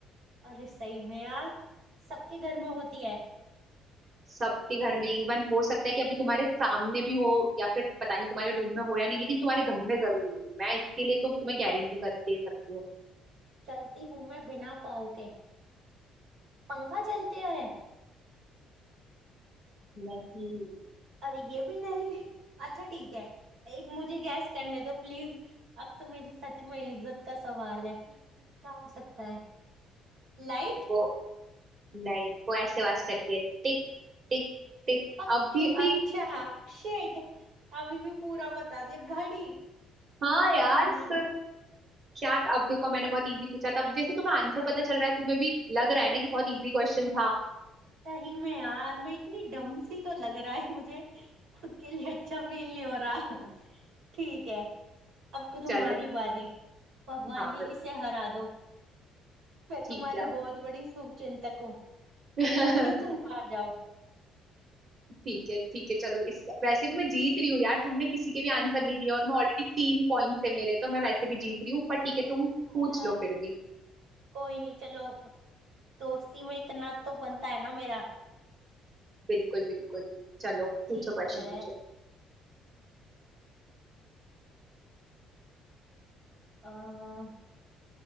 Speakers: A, on the right (about 80°); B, on the right (about 45°).
A: अरे सही में यार सबके घर में होती है
B: सबके घर में इवन हो सकता है कि अभी तुम्हारे सामने भी हो या फिर पता नहीं तुम्हारे रूम में हो या नहीं लेकिन तुम्हारे घर में जरूर होगी मैं इसके लिए तो तुम्हें गारंटी करके दे सकती हूँ
A: चलती हूँ मैं बिना पाँव के पंखा चलते हैं
B: नहीं
A: अरे ये भी नहीं <laughs> अच्छा ठीक है एक मुझे गैस करने दो प्लीज अब तो मेरी सच में इज्जत का सवाल है क्या हो सकता है लाइट
B: <laughs> वो नहीं वो ऐसे आवाज करती है टिक टिक टिक
A: अरे
B: अभी भी
A: अच्छा शिट अभी भी पूरा बता दिया घड़ी
B: हाँ यार
A: ओ नो
B: सर क्या अब देखो मैंने बहुत इजी पूछा था अब जैसे तुम्हें आंसर पता चल रहा है तुम्हें भी लग रहा है ना कि बहुत इजी क्वेश्चन था
A: सही में यार मैं इतनी डम सी तो लग रहा है मुझे खुद के लिए अच्छा फील नहीं हो रहा ठीक है अब तो तुम्हारी
B: चलो
A: बारी भगवान
B: हाँ
A: जी
B: भाई
A: इसे हरा दो मैं तुम्हारी
B: ठीक है
A: बहुत बड़ी शुभचिंतक हूँ
B: <laughs>
A: मैं चाहती हूँ तुम हार जाओ
B: ठीक है ठीक है चलो इस वैसे भी मैं जीत रही हूँ यार तुमने किसी के भी आंसर नहीं दिया और मैं ऑलरेडी तीन पॉइंट से मेरे तो मैं वैसे भी जीत रही हूँ पर ठीक है तुम
A: हाँ
B: पूछ
A: यार
B: लो फिर भी
A: कोई नहीं चलो दोस्ती में इतना तो बनता है ना मेरा
B: बिल्कुल बिल्कुल चलो पूछो
A: ठीक
B: क्वेश्चन
A: है
B: पूछो
A: अः